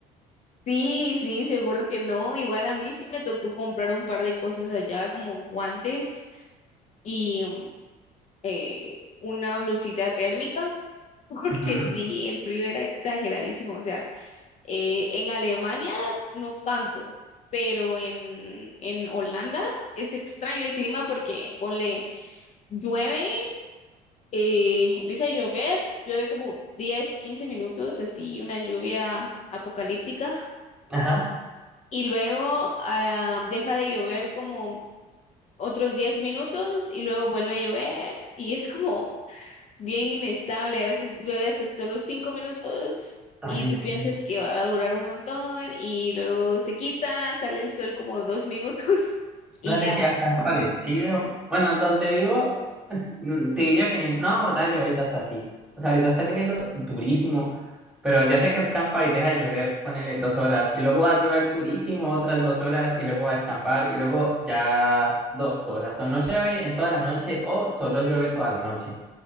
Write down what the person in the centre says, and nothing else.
Ujú.
Ajá.
Dale,
sí.
Dale,
sí, acá es parecido. Bueno, donde vivo, <laughs> mm, te diría que no, dale, ahorita es así. O sea, ahorita está lloviendo durísimo, pero ya sé que escampa y deja de llover, ponele dos horas, y luego va a llover durísimo otras dos horas, y luego va a escampar, y luego ya dos cosas, o no llueve en toda la noche, o solo llueve toda la noche.